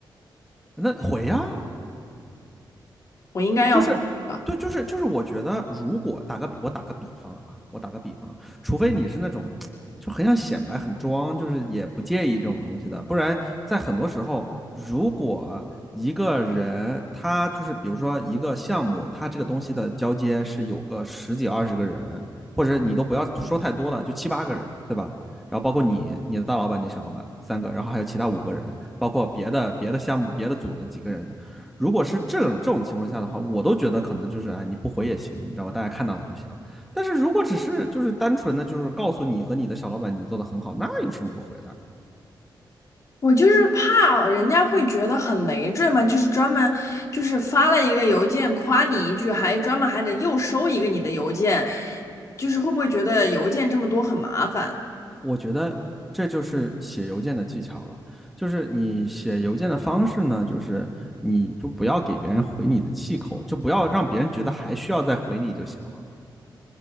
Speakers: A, in the centre; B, on the left.
A: 那回呀、
B: 我应该要回吧？
A: 就是对，就是就是，我觉得如果打个比，我打个比方啊，我打个比方，除非你是那种就很想显摆、很装，就是也不介意这种东西的，不然在很多时候，如果一个人他就是比如说一个项目，他这个东西的交接是有个十几二十个人，或者你都不要说太多了，就七八个人，对吧？然后包括你、你的大老板、你小老板三个，然后还有其他五个人，包括别的别的项目、别的组的几个人，如果是这种这种情况下的话，我都觉得可能就是啊、哎，你不回也行，你知道吧？大家看到了就行。但是如果只是就是单纯的就是告诉你和你的小老板你做的很好，那有什么不回的？
B: 我就是怕人家会觉得很累赘嘛，就是专门就是发了一个邮件夸你一句，还专门还得又收一个你的邮件，就是会不会觉得邮件这么多很麻烦
A: 我觉得这就是写邮件的技巧了，就是你写邮件的方式呢，就是你就不要给别人回你的气口，就不要让别人觉得还需要再回你就行了。